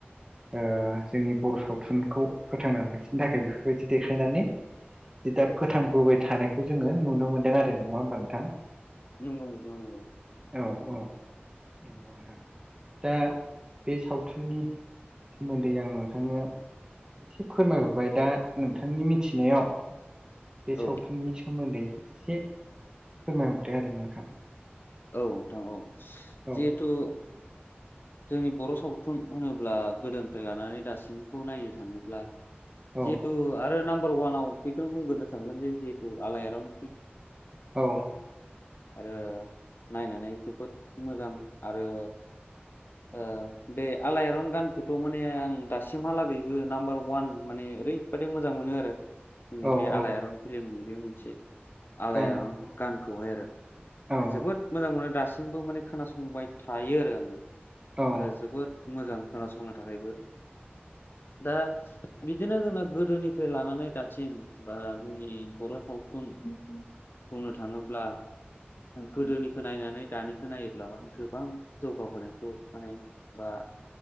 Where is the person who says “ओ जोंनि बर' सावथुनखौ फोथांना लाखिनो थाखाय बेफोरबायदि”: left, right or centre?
Right